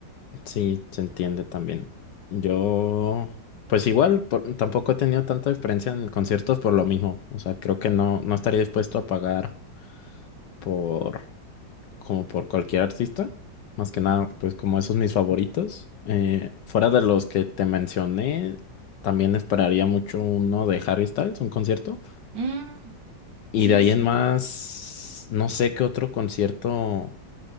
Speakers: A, on the left; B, on the right.
A: Sí, se entiende también. Yo, pues igual, por- tampoco he tenido tanta experiencia en conciertos por lo mismo. O sea, creo que no, no estaría dispuesto a pagar por como por cualquier artista. Más que nada, pues como esos mis favoritos. Eh, fuera de los que te mencioné, también esperaría mucho uno de Harry Styles, un concierto.
B: Mm,
A: Y
B: sí,
A: de ahí
B: sí,
A: en más, no sé qué otro concierto.